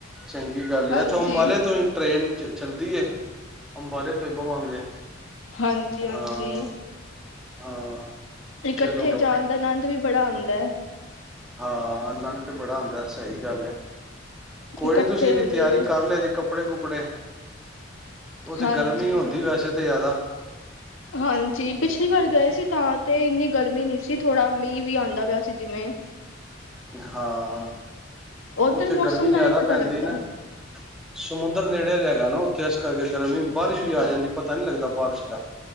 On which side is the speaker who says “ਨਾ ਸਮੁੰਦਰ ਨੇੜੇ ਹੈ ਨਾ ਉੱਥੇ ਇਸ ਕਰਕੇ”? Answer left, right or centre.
Centre